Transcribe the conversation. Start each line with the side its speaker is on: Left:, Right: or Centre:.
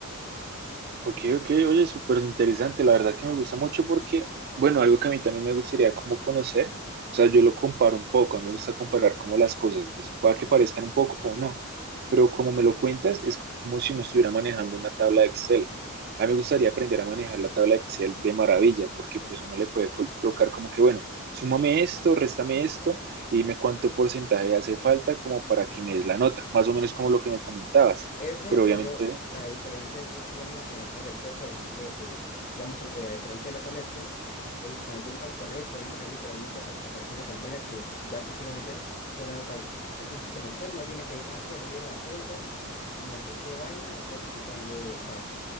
Right: Ok, ok, oye, súper interesante. La verdad es que me gusta mucho porque, bueno, algo que a mí también me gustaría como conocer, o sea, yo lo comparo un poco, a mí me gusta comparar como las cosas, pueda que parezcan un poco o no, pero como me lo cuentas, es como si uno estuviera manejando una tabla de Excel. A mí me gustaría aprender a manejar la tabla de Excel de maravilla, porque pues uno le puede colocar como que, bueno, súmame esto, réstame esto, y dime cuánto porcentaje hace falta como para que me des la nota, más o menos como lo que me comentabas,
Left: Eso,
Right: pero
Left: pero
Right: obviamente...
Left: la diferencia es que tú en la, en la tabla Excel, por ejemplo, eh, digamos, eh, a diferencia de la tabla Excel, el, cuando tú vas a correr el programa, él literalmente apa- te aparece una pantalla que ya tú solamente era, pon la nota ahí. O sea, tú sabes que en Excel no tiene que, ah, que voy a ir a la celda y no sé qué vaina, entonces aquí pongo tal.